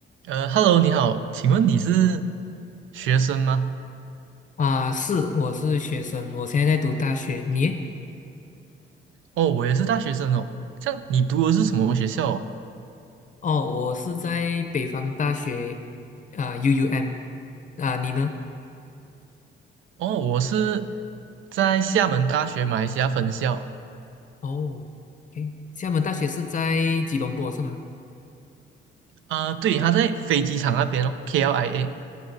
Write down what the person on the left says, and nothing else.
啊，是，我是学生，我现在在读大学。你？
哦，我是在北方大学啊，UUM。啊，你呢？
哦，OK，厦门大学是在吉隆坡是吗？